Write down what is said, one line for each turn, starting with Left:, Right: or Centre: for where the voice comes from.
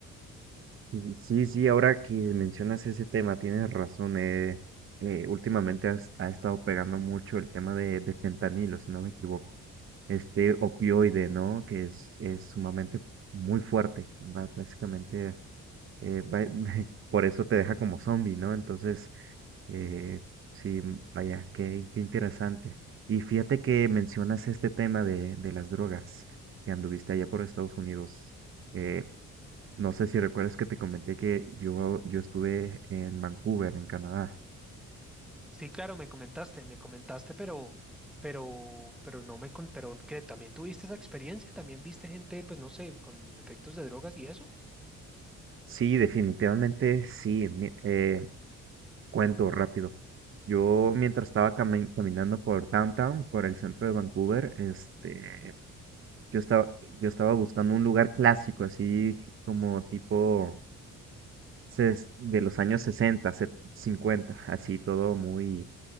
Right: Sí, sí, sí, ahora que mencionas ese tema, tienes razón, eh, eh, últimamente has- ha estado pegando mucho el tema de, de fentanilo, si no me equivoco. Este opioide, ¿no? Que es, es sumamente muy fuerte, va básicamente eh, va- <laughs> por eso te deja como zombie, ¿no? Entonces, Eh, sí, mm, vaya, qué, qué interesante. Y fíjate que mencionas este tema de, de las drogas, que anduviste allá por Estados Unidos. Eh, no sé si recuerdas que te comenté que yo, yo estuve en Vancouver, en Canadá.
Centre: Sí, claro, me comentaste, me comentaste, pero, pero, pero no me, con- pero que también tuviste esa experiencia, también viste gente, pues no sé, con efectos de drogas y eso.
Right: Sí, definitivamente sí. mi- eh, cuento rápido. Yo mientras estaba cami- caminando por downtown, por el centro de Vancouver, este, yo estaba, yo estaba buscando un lugar clásico, así como tipo ses- de los años 60, set- 50, así todo muy,